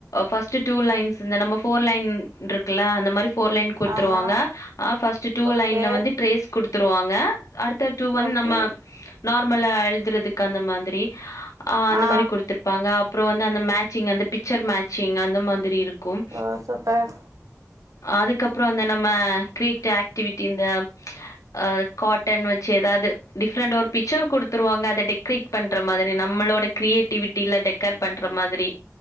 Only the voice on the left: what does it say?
ஃபர்ஸ்ட் டூ லைன்ஸ் நம போர் லைன் இருக்குல அந்த மாதிரி போர் லைன்
வாங்க பஸ்ட் டூ
லைன்ல வந்து ட்ரேஸ் கொடுத்துருவாங்க அடுத்த டூ வந்து
நம்ம நார்மலா எழுதுறதுக்கு அந்த மாதிரி அ
அந்த மாதிரி கொடுத்திருப்பாங்க அப்புறம் அந்த மேச்சிங் அந்த பிக்சர் மேட்ச ங்அந்த மாதிரி இருக்கும்
அதுக்கப்புறம் வந்து நம்ம கிரிட் ஆக்டிவிிட்டி இந்த ஆ காட்டன் வச்சு ஏதாவது டிஃப்ரெண்ட் ஒரு பிக்சர் கொடுத்துருவாங்க அதை டெக்ரேட் பண்ற மாதிரி நம்ம லோட கிரியேட்டிவிட்டில டெக்கர் பண்ற மாதிரி